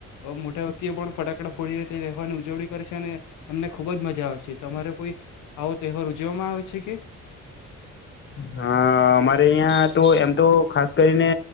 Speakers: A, on the left; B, on the left.
A: મોટા વ્યક્તિઓ પણ ફટાકડા ફોડીને તે તહેવારની ઉજવણી કરે છે. તમે તમને ખુબ જ મજા આવે છે તમારે કોઈ આવો તહેવાર ઉજવવામાં આવે છે કે?
B: હા અમારે અયા તો એમ તો ખાસ કરીને